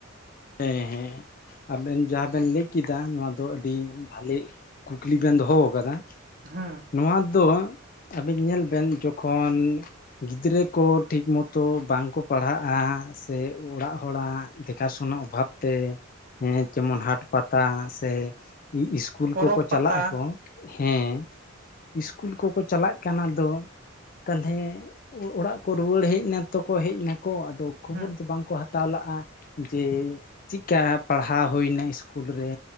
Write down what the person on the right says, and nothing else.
ᱦᱮᱸ
ᱯᱚᱨᱚᱵᱽ
ᱯᱟᱛᱟ
ᱦᱮᱸ